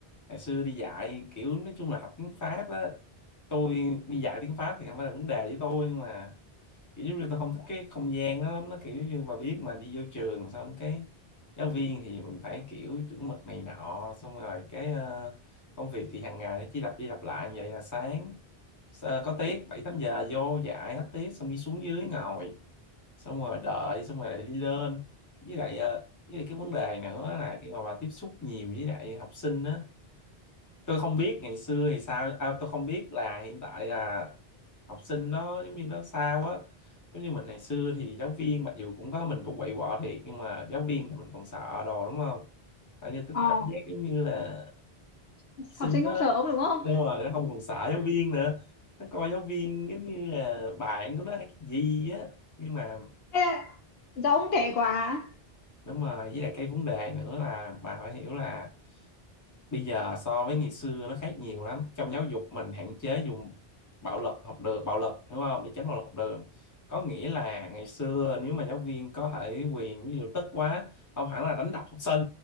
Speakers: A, on the left; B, on the left.
A: ngày xưa đi dạy kiểu nói chung là học tiếng Pháp á tôi đi dạy tiếng Pháp thì không phải là vấn đề với tôi nhưng mà kiểu giống như tôi không thích cái không gian đó lắm nó kiểu như bà biết mà đi vô trường xong cái giáo viên thì mình phải kiểu chuẩn mực này nọ xong rồi cái ờ, công việc thì hàng ngày nó chỉ lặp đi lặp lại như vậy là sáng ờ, có tiết bảy tám giờ vô dạy hết tiết xong đi xuống dưới ngồi xong rồi đợi xong rồi lại đi lên với lại ờ, với lại cái vấn đề nữa là khi mà bà tiếp xúc nhiều với lại học sinh á tôi không biết ngày xưa thì sao à, tôi không biết là hiện tại là học sinh nó giống như nó sao á giống như mình ngày xưa thì giáo viên mặc dù cũng có mình cũng quậy quọ thiệt nhưng mà giáo viên thì mình còn sợ đồ đúng không Ở như tôi
B: ờ
A: có cảm giác giống như là học sinh
B: học sinh
A: đó
B: không sợ ông đúng không
A: nhưng mà nó không còn sợ giáo viên nữa nó coi giáo viên giống như là bạn của nó hay cái gì á nhưng mà
B: hay là do ông trẻ quá
A: đúng rồi với lại cái vấn đề nữa là bà phải hiểu là bây giờ so với ngày xưa nó khác nhiều lắm trong giáo dục mình hạn chế dùng bạo lực học đường bạo lực hiểu không để tránh bạo lực học đường có nghĩa là ngày xưa nếu mà giáo viên có thể quyền ví dụ tức quá không hẳn là đánh đập học sinh